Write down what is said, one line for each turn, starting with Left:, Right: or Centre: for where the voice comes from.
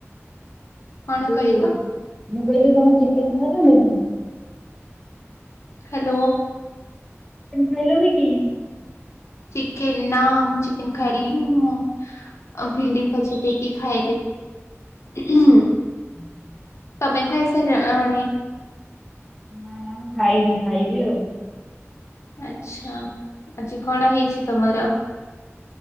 Left: କଣ
Centre: ବୁ
Left: କହିଲ
Centre: ମୁଁ କହିଲି ତମେ ଚିକେନ ଖାଇଲନ କି?
Left: ହ୍ୟାଲୋ।
Centre: ଖାଇଲନି କି?
Left: ଚିକେନ ନା ମୁଁ ଚିକେନ ଖାଇଲିନିି ମୁଁ ଭିଣ୍ଡି ଭଜା ଦେଇକି ଖାଇଲି ହୁଁ।
Centre: <inaudible>
Left: ତମେ ଖାଇ ସାରି ଲଣି।
Centre: ନା ନା ମୁଁ ଖାଇନି ଖାଇବି ଆଉ।
Left: ଆଚ୍ଛା ଆଜି କଣ ହେଇଛି ତମର?